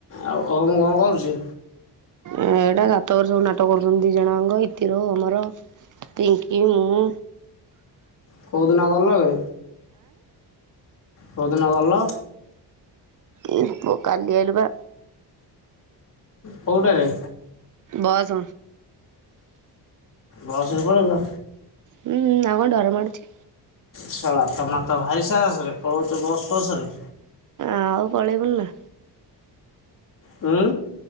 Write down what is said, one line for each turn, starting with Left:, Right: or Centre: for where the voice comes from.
Left: ଆଉ ଅଁଗୁ କଣ କରୁଚି?
Right: ଏଇଟା ସାତ ବର୍ଷ ସବୁ ନାଟକ କରୁଛନ୍ତି ଦି ଜଣ ଯାକ ଇତିର ଓମ୍ ର ପିଙ୍କି ମୁଁ
Left: କୋଉଦିନ ଗଲ ବେ କୋଉଦିନ ଗଲ?
Right: ଏ ପୁଅ କାଲି ଆଇଲୁ ପା।
Left: କୋଉଟା ରେ?
Right: ବସ।
Left: ବସରେ ପଳେଇଲ।
Right: ହୁଁ ଆଉ କଣ ଡର ମାଡୁଚି।
Left: ଶଳା ତମ ତ ଭାରି ସାହାସ ରେ ପଳଉଛ ବସ୍ ଫସ୍ ରେ।
Right: ଆଉ ପଳେଇବୁନି ନା।
Left: ହଁ।